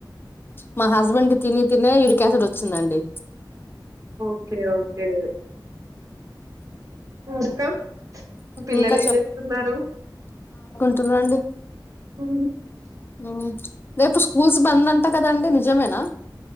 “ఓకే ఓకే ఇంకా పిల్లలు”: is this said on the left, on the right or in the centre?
Right